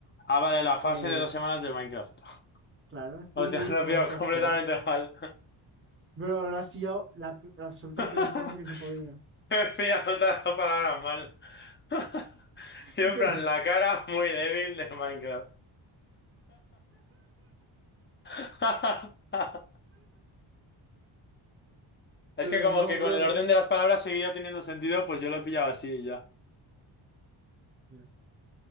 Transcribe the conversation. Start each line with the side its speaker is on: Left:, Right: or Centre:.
Left: Ah, vale, la fase
Right: eh,
Left: de dos semanas del Minecraft. <laughs>
Right: claro,
Left: Hostia,
Right: two week
Left: lo he
Right: Minecraft
Left: pillado completamente
Right: face.
Left: mal.
Right: Bro, lo has pillado la, la absoluta
Left: <laughs>
Right: peor forma que se podía.
Left: He pillado todas las palabras mal. <laughs>
Right: <laughs>
Left: Y en
Right: Pero,
Left: plan, la cara muy débil de Minecraft. <laughs> Es
Right: pero
Left: que como
Right: no,
Left: que
Right: bro,
Left: con el
Right: entonces...
Left: orden de las palabras seguía teniendo sentido, pues yo lo he pillado así y ya.
Right: ya.